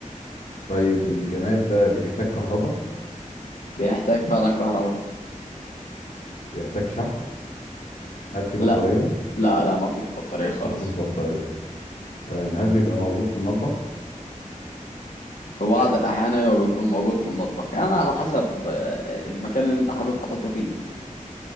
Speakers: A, on the left; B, on the left.
A: طيب الجماد ده بيحتاج كهرباء
B: بيحتاج فعلا كهرباء
A: بيحتاج شحن هل في
B: لا
A: بطاريه
B: لا لا ما فيش بطارية خالص
A: ما فيهوش بطارية تمام هل بيبقى موجود في المطبخ
B: في بعض الأحيان أيوة بيكون موجود في المطبخ يعني على حسب آه، المكان اللي أنت حابب تحطه فيه